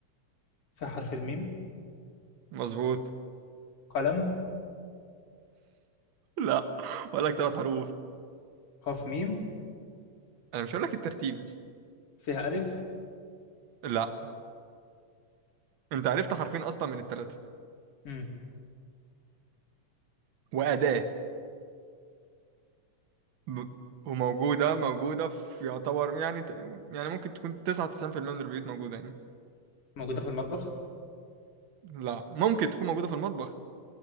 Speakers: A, on the left; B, on the right.
A: فيها حرف الميم
B: مظبوط <laughs>
A: قلم
B: لا هقول لك ثلاث حروف
A: قاف ميم
B: انا مش هقول لك الترتيب يا اسطى.
A: فيها ألف
B: لا انت عرفت حرفين اصلا من الثلاثه
A: امم
B: واداه ب... وموجوده موجوده في يعتبر يعني ت... يعني ممكن تكون 99% من البيوت موجوده يعني
A: موجودة في المطبخ
B: لا ممكن تكون موجوده في المطبخ